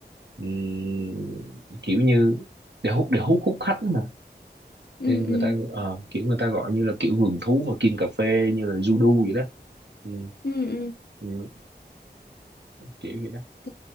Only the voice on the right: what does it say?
ừm, kiểu như để hút để hút hút khách đó mà
nên
người ta ờ, kiểu người ta gọi như là kiểu vườn thú mà kim cà phê như là Judo vậy đó Ừ,
ừ, kiểu vậy đó